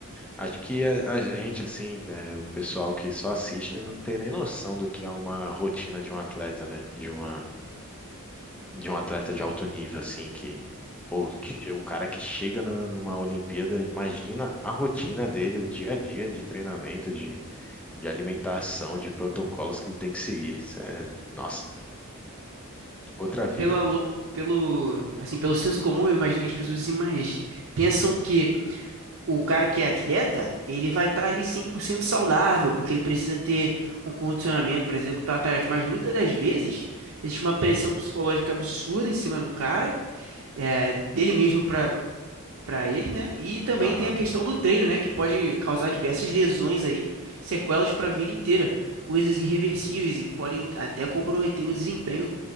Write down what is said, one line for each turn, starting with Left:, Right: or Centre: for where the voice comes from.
Centre: Acho que a, a gente, assim, é, o pessoal que só assiste não tem nem noção do que é uma rotina de um atleta, né? De uma. de um atleta de alto nível, assim, que, pô, que o cara que chega na- numa Olimpíada, imagina a rotina dele, o dia a dia de treinamento, de, de alimentação, de protocolos que ele tem que seguir. Isso é, nossa, outra vida.
Right: Pela, lo- pelo, assim, pelo senso comum, eu imagino que as pessoas imagi- pensam que o cara que é atleta, ele vai estar ali 100% saudável, porque ele precisa ter um condicionamento para executar a tarefa. Mas muitas das vezes, existe uma pressão psicológica absurda em cima do cara, é, dele mesmo para ele, né? E também
Centre: Aham,
Right: tem a questão do treino, né? Que pode causar diversas lesões aí, sequelas para a vida inteira, coisas irreversíveis e que podem até comprometer o desempenho